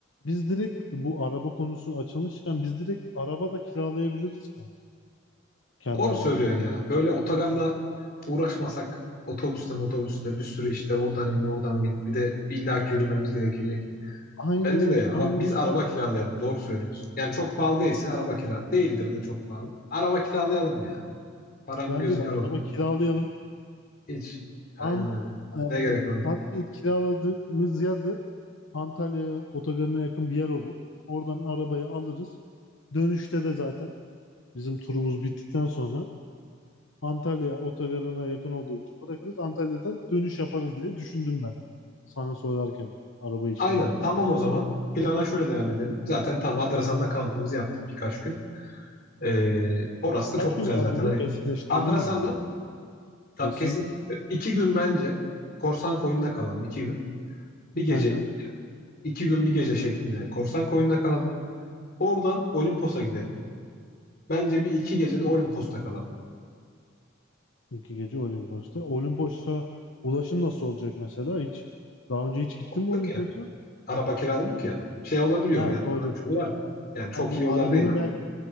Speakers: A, on the left (about 70°); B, on the left (about 50°).
A: biz direkt bu araba konusu açılmışken biz direkt araba da kiralayabiliriz yani. Kendi
B: Doğru
A: aramızda
B: söylüyorsun
A: yani.
B: ya. Böyle otogarla uğraşmasak otobüste otobüste bir sürü işte oradan in oradan bin bir de illaki yürümemiz gerekecek.
A: Aynen
B: Bence
A: öyle.
B: de ya. Ara-
A: Aynen
B: Biz
A: öyle.
B: araba kiralayalım. Doğru söylüyorsun. Yani çok pahalı değilse araba kira değildir de çok pahalı. Araba kiralayalım ya. Paranın
A: Bence
B: gözü
A: de
B: kör
A: araba
B: olsun.
A: kiralayalım.
B: Hiç. Aynen
A: An,
B: öyle.
A: e,
B: Ne gerek var?
A: abi kiraladığımız yerde Antalya otogarına yakın bir yer olur. Oradan arabayı alırız. Dönüşte de zaten bizim turumuz bittikten sonra Antalya otogarına yakın olduğu için bırakırız. Antalya'dan dönüş yaparız diye düşündüm ben. Sana söylerken araba işini.
B: Aynen. Tamam o zaman. Plana şöyle devam edelim. Zaten tam Adrasan'da kampımızı yaptık birkaç gün. Ee, orası
A: Kaç
B: da çok
A: gün
B: güzel
A: kaldı
B: zaten.
A: bu?
B: Hani
A: Kesinleştirelim
B: Adrasan'da
A: ama.
B: Tam
A: Kesin.
B: kesin. İki gün bence korsan koyunda kalalım. iki gün. Bir gece,
A: Aynen.
B: iki gün bir gece şeklinde korsan koyunda kalalım. Oradan Olimpos'a gidelim. Bence bir iki gece de Olimpos'ta kalalım.
A: İki gece Olimpos'ta. Olimpos'a ulaşım nasıl olacak mesela? Hiç daha önce hiç gittin mi
B: Aldık
A: Olimpos'a?
B: ya. Araba kiraladık ya. Şey olabiliyor
A: Ha
B: yani.
A: doğru.
B: araç yolu var. Yani
A: Ha,
B: çok
A: bir
B: iyi yollar
A: arabanın
B: değil ama.
A: belki